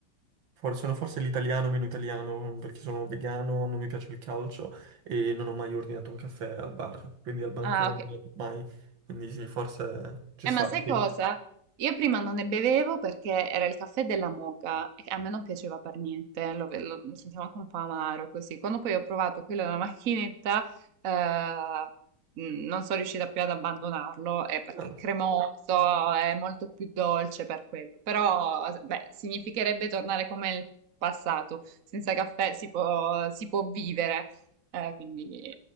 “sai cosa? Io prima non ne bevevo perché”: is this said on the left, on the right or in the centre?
Right